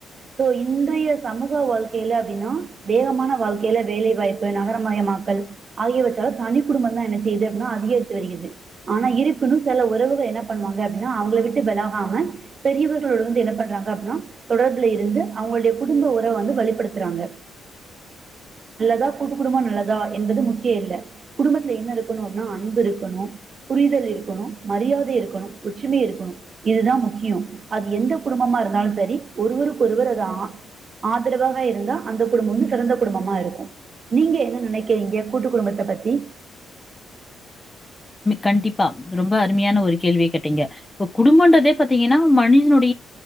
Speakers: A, on the right; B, on the left.
A: சோ இன்றைய சமூக வாழ்க்கைல அப்டினா வேகமான வாழ்க்கைல வேலைவாய்ப்பு நகரமயமாக்கல் ஆகியவற்றாலு தனி குடும்ப தா என்ன செய்யுது அப்டினா அதிகரித்து வருகிறது ஆனா இருப்பினு செல உறவுகள் என்ன பண்ணுவாங்க அப்டினா அவங்கள விட்டு வெலகாம பெரியவர்களோட வந்து என்ன பண்றாங்க அப்புன்னா தொடர்புல இருந்து அவங்களுடைய குடும்ப உறவ வந்து வலுப்படுத்துறாங்க தா கூட்டு குடும்பம் நல்லதா என்பது முக்கிய இல்ல குடும்பத்துல என்ன இருக்கணு அப்புனா அன்பு இருக்கணு புரிதல் இருக்கணு மரியாதை இருக்கணு ஒற்றுமை இருக்கணு இதுதா முக்கியோ அது எந்த குடும்பமாருந்தாலு சரி ஒருவருக்கு ஒருவர் அது ஆதரவாக இருந்தா அந்த குடும்பம் வந்து சிறந்த குடும்பமாருக்கு நீங்க என்ன நெனைக்கிறீங்க கூட்டு குடும்பத்த பத்தி
B: கண்டிப்பா ரொம்ப அருமையான ஒரு கேள்விய கேட்டீங்க இப்ப குடும்பன்றதே பாத்தீங்கனா மனிஷனுட